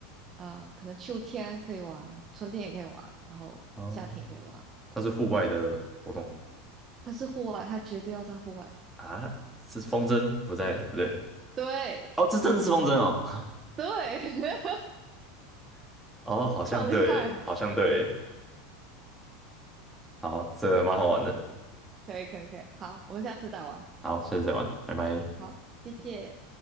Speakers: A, on the right; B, in the centre.
A: 呃，可能秋天可以玩，春天也可以玩，然后夏天也可以玩。
B: 哦，他是户外的活动
A: 它是户外，它绝对要在户外。
B: 啊，是风筝不在不对
A: 对
B: 哦，这真的是风筝哦，
A: 对，<laughs>
B: <laughs> 哦，好像对耶，
A: 好厉害！
B: 好像对耶，好，这蛮好玩的，
A: 好，可以可以可以，好，我们下次再玩。
B: 好，下次再玩，拜拜。
A: 好，谢谢。